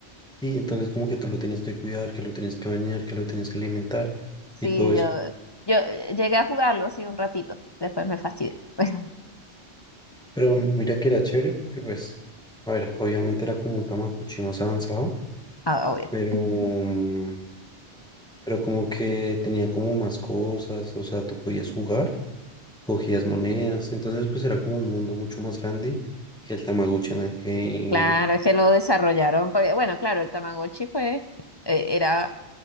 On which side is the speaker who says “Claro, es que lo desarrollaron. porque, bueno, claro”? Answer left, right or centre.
Left